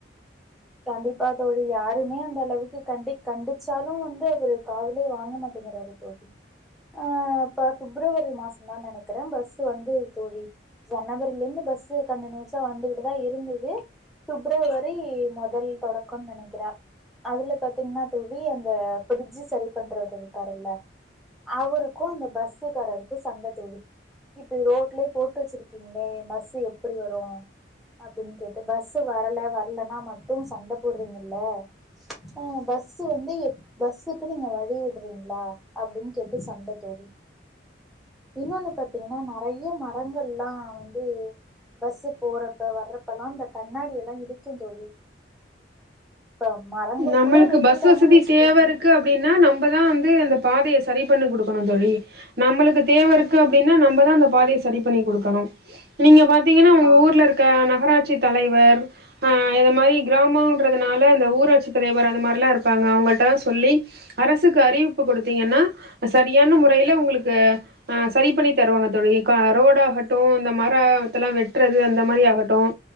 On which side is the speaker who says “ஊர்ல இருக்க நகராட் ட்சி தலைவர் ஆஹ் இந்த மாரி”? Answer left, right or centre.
Right